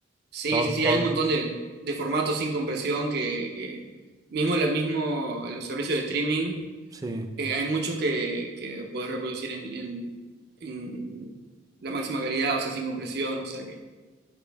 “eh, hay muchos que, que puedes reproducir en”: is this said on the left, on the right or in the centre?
Right